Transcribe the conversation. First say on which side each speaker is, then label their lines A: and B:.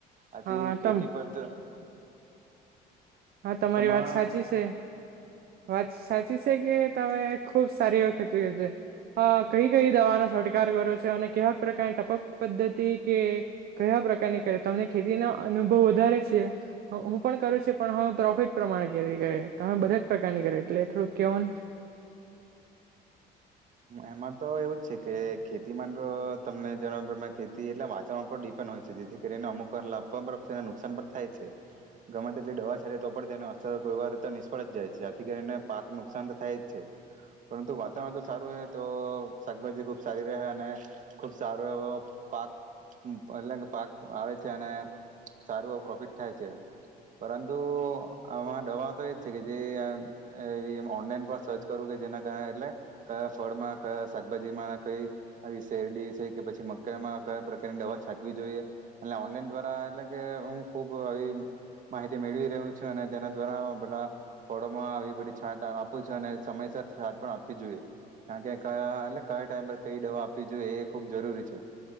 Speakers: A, on the right (about 50°); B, on the right (about 65°).
A: આ થી
B: હા
A: ખેતી
B: તમ
A: પર -
B: હા તમારી
A: તમારા
B: વાત સાચી છે. વાત સાચી છે કે તમે ખુબ સારી ખેતી છે કઈ કઈ દવાનો છટકાર કરો છો અને કેવાક પ્રકારની ટપક પદ્ધતિ કે કયા પ્રકારની તમને ખેતી ના અનુભવ વધારે છે હું પણ કરું છું. પણ હવે પ્રોફિટ પ્રમાણે ખેતી કરીયે તોમે બધા જ પ્રકારની કર એટલે થોડુંક કેવા.
A: એમાં તો એવું જ છે કે ખેતીમાં તો તમને જણ ખેતી એટલે વાતાવરણ ઉપર ડિપેન્ડ હોય છે જેથી કરીને અમુક વાર લાભ પણ પ્રપ્ત થને નુકસાન પણ થાય છે ગમે તેટલી દવા છડ તો પણ તેને અસર કોઈ વાર નિષ્ફળ જ જાય છે આથી કરીને પાક નુકસાન તો થાય જ છે પરંતુ ત તો સારું રહે તો શાકભાજી ખુબ સારી રહે અને ખુબ સારો એવો પાક એટલે કે પાક આવે છે અને સારું એવ પ્રોફિટ થાય છે પરંતુ આમાં દવા તો એજ છે કે જે એવી ઓનલાઈન પણ સર્ચ કરું કે જેના કારણે એટ કયા ફળમાં કયા શાકભાજીમાં કઈ આવી શેરડી છે કે પછી મકાઈમાં કયા પ્રકારની દવા છાંટવી જોઈએ એ ઓનલાઈન દ્વારા એટલે કે હું ખુબ આવી માહિતી મેળવી રહ છું અને તેના દ્વારા બધા ફળોમાં આવી બધી છાટ આપું છું અને સમયસર છાટ પણ આપ એ કારણ કે કયા એટલે કયા ટાઈમ પર કઈ દવા આપવી જોઈએ એ ખુબ જરૂરી છે